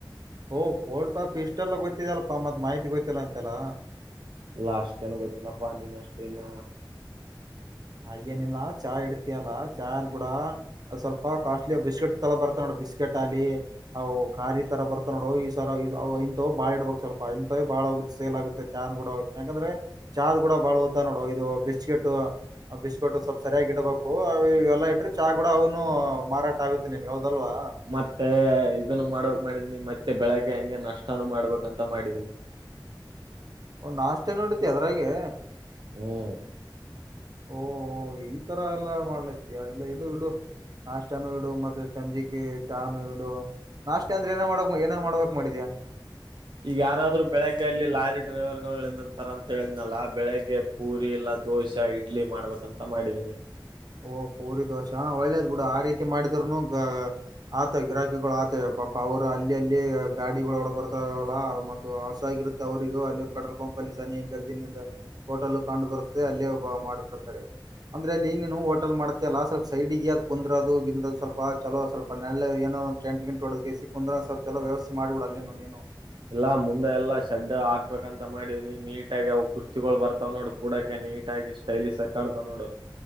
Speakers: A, on the right (about 50°); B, on the right (about 70°).
A: ಓ ಕೋಲ್ಡ್ ಕಾಫಿ ಇಷ್ಟೆಲ್ಲ ಗೊತ್ತಿದೇಲ್ಲಪ್ಪ ಮತ್ ಮಾಹಿತಿ ಗೊತ್ತಿಲ್ಲ ಅಂತೆಲ್ಲ
B: ಅಷ್ಟ ಏನ್ ಗೊತ್ತಿಲ್ಲ ಪಾ ನಿನ ಅಷ್ಟ ಇನ್ನ
A: ಹಾಗೇನಿಲ್ಲ ಚಾ ಇಡ್ತಿಯಲ್ಲ ಚಾಯ ಕೂಡ ಸ್ವಲ್ಪ ಕಾಸ್ಟ್ಲಿ ಬಿಸ್ಕಟ್ ತರ ಬರ್ತ ನೋಡು ಬಿಸ್ಕೆಟ್ ಆಲಿ ಅವು ಖಾರಿ ತರ ಬರ್ತ ನೋಡು ಈ ಸರ ಇಂತವ ಬಾಳ ಇಡ್ಬೇಕಕ್ ಸ್ವಲ್ಪ ಇಂತಥವ ಬಾಳ ಹೋಗುತ್ತ ಸೇಲ್ ಆಗುತ್ತೆ ಚಾ ಕೂಡ ಯಾಕಂದ್ರೆ ಚಾದ್ ಕೂಡ ಬಾಳ ಹೋಗ್ತ ನೋಡ ಇದು ಬಿಸ್ಕೆಟ್ ಬಿಸ್ಕಿಟ್ ಸ್ವಲ್ಪ್ ಸರಿಯಾಗಿ ಇಡಬೇಕು ಇವೆಲ್ಲ ಇಟ್ರೆ ಚಾ ಕೂಡ ಅವ್ನು ಮಾರಾಟ ಆಗುತ್ತೆ ನಿನ್ಗೆ ಹೌದಲ್ವಾ
B: ಮತ್ತೆ ಇದನ್ನು ಮಾಡಕ್ ಮಾಡಿದೀನಿ ಮತ್ತೆ ಮತ್ತೆ ಬೆಳಿಗ್ಗೆ ಹಂಗೆ ನಷ್ಟಾನೂ ಮಾಡ್ಬೇಕಂತ ಮಾಡಿದೀನಿ
A: ಒ ನಾಷ್ಟ ನು ಇಡ್ತೀ ಅದ್ರಾಗೆ
B: ಹ್ಮ್
A: ಓ ಈ ತರ ಎಲ್ಲಾ ಮಾಡ್ಲತಿಯಾ ಇಲ್ಲ ಇಡು ಇಡು ನಾಷ್ಟಾನೂ ಇಡು ಮತ್ತೆ ಸಂಜಿಕೆ ಚಾ ನೂ ಇಡು ನಾಷ್ಟ ಅಂದ್ರೆ ಏನ ಮಾಡಕ್ ಏನನ್ ಮಾಡಬೇಕಕ್ ಮಾಡಿದ್ಯಾಾ
B: <inaudible> ಈಗ ಯಾರಾದ್ರು ಬೆಳಗ್ಗೆಯಲ್ಲಿ ಲಾರಿ ಡ್ರೈವರಗಳು ನಿಂದರ್ತಾರ್ ಅಂತ ಹೇಳಿದ್ನಲ್ಲ ಬೆಳಿಗ್ಗೆ ಪೂರಿ ಇಲ್ಲ ದೋಸೆ ಇಡ್ಲಿ ಮಾಡ್ಬೇಕಂತ ಮಾಡಿದೀನಿ
A: ಓ ಪೂರಿ ದೋಶಾ ಒಳ್ಳೇದ್ ಬಿಡು ಆ ರೀತಿ ಮಾಡಿದ್ನು ಆತ ಗಿರಾಕಿಗಳು ಆತ ಪಾಪ ಅವರು ಅಲ್ಲಿ ಅಲ್ಲಿ ಗಾಡಿಗಳು ಹೊಡ ಬರ್ತವಲ್ಲ ಮತ್ತು ಹಸುವಾಗಿ ಅವ್ರರಿಗೂ ಅಲ್ಲೇ ಪೆಟ್ರೋಲ್ ಪಂಪ್ ಅಲ್ಲಿ ಸನಿ ಜಲ್ದಿನಿಂದ ಹೋಟಲ್ ಕಂಡು ಬರುತ್ತೆ ಅಲ್ಲೇ ಉಪಹಾರ ಮಾಡಿಬಿಡ್ತಾರೆ ಅಂದ್ರೆ ಅಲ್ಲಿ ನೀವು ಹೋಟಲ್ ಮಾಡತಿ ಅಲ್ಲಾ ಸ್ವಲ್ಪ ಸೈಡ್ಗೆ ಅ ಕುಂದರೋದು ಗಿಂಡ್ರದು ಸ್ವಲ್ಪ ಚಲೋ ಸ್ವಲ್ ನೆಳ್ಳು ಏನೋ ಒಂದು ಟೆಂಟ್ ಗಿಂಟು ಹೊಡೆದ್ಕೇಸಿ ಕುಂದರ ಸ್ವಲ್ಪ ವ್ಯವಸ್ಥ ಮಾಡಬಿಡ ಅಲ್ಲಿನು ನೀನು
B: ಇಲ್ಲಾ ಮುಂದೆ ಎಲ್ಲಾ ಶಡ್ ಹಾಕ್ಬೇಕಂತ ಮಾಡಿದೀನಿ ನೀಟಾಗಿ ಅವು ಕುರ್ಚಿಗಳು ಬರ್ತಾವ್ ನೋಡು ಕೂಡಕೇನ್ ನೀಟ್ ಆಗಿ ಸ್ಟೈಲಿಶ್ ಆಗಿ ಕಾಣ್ತವ್ ನೋಡು